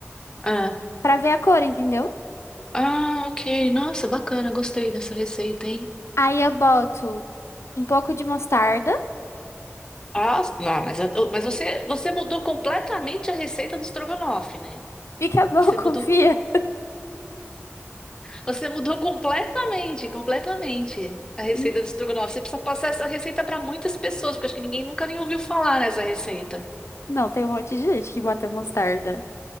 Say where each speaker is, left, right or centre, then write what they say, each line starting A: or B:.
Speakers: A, on the left (about 15°); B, on the left (about 70°).
A: Ah,
B: pra ver a cor, entendeu?
A: ah, ok. Nossa, bacana. Gostei dessa receita, hein?
B: Aí eu boto um pouco de mostarda.
A: Ah, não, mas, eu- mas você, você mudou completamente a receita do estrogonofe, né?
B: E acabou,
A: Você
B: <laughs> confia.
A: mudou, você mudou completamente, completamente a receita
B: N-
A: do estrogonofe. Você precisa passar essa receita para muitas pessoas, porque acho que ninguém nunca nem ouviu falar nessa receita.
B: Não, tem um monte de gente que bota mostarda.